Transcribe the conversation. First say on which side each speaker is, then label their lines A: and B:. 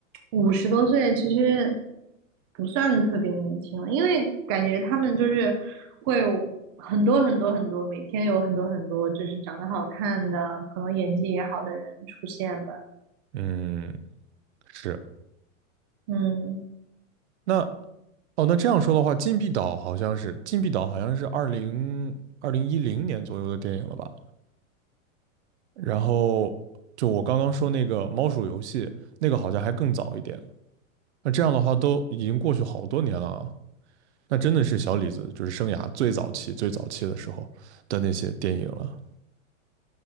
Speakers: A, on the right (about 20°); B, on the right (about 55°).
A: 五十多岁其实不算特别年轻了，因为感觉他们就是会有很多很多很多，每天有很多很多就是长得好看的，可能演技也好的人出现吧。
B: 嗯，是。
A: 嗯，
B: 那哦，那这样说的话，《禁闭岛》好像是《禁闭岛》好像是二零二零一零年左右的电影了吧？然后就我刚刚说那个猫鼠游戏，那个好像还更早一点。那这样的话都已经过去好多年了啊，那真的是小李子就是生涯最早期、最早期的时候的那些电影了。